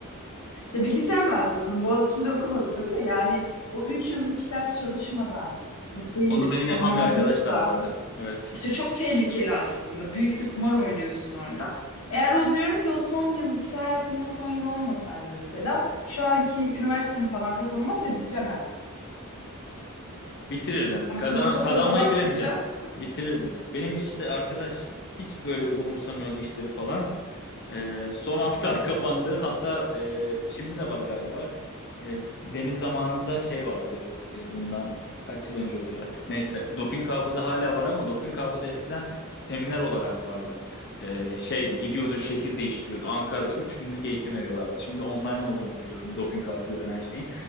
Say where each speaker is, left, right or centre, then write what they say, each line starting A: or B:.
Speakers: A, on the left; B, on the left.
A: Ya bilgisayar mühendisliği okudum. Boğaziçi'nde okumadım tabii de yani o 3 yıl hiç ders çalışmadan liseyi
B: Onu benim
A: sonlandırıp
B: yapan bir arkadaş da
A: da
B: vardı. Evet.
A: İşte çok tehlikeli aslında. Büyük bir kumar oynuyorsun orada. Eğer o diyorum ki o son yıl, lise hayatımın o son yılı olmasaydı mesela şu anki üniversitemi falan kazanamaz ve bitiremezdim.
B: Bitirirdin.
A: Ama
B: Kazan
A: tabii o fotoğrafa
B: kazanmayı
A: baktıkça
B: bilemeyeceğim. Bitirirdin. Benim bir işte arkadaş hiç böyle umursamıyordu işleri falan. Ee, son 6 ay kapandı. Hatta e, şimdi de var galiba. E, benim zamanımda şey vardı. E, bundan kaç yıl önce oluyor artık. Neyse. Doping hafıza hala var ama doping hafıza eskiden seminer olarak vardı. E, şeydi gidiyordun şehir değiştiriyordu. Ankara'da 3 günlük eğitim veriyorlardı. Şimdi online olduğunu biliyorum doping hafıza denen şeyin.